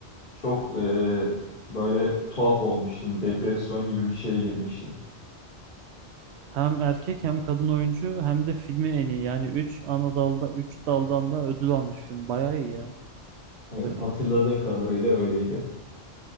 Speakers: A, on the left (about 50°); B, on the right (about 75°).
A: Çok e, böyle tuhaf olmuştum. Depresyon gibi bir şeye girmiştim.
B: Hem erkek hem kadın oyuncu hem de filmi en iyi. Yani 3 ana dalda 3 daldan da ödül almış film. Bayağı iyi ya.
A: Evet,
B: demek.
A: hatırladığım kadarıyla öyleydi.